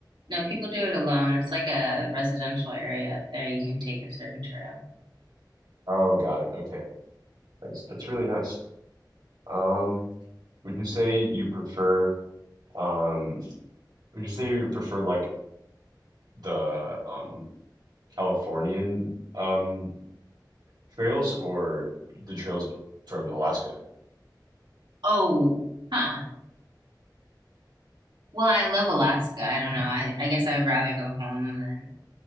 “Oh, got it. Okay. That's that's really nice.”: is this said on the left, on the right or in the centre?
Right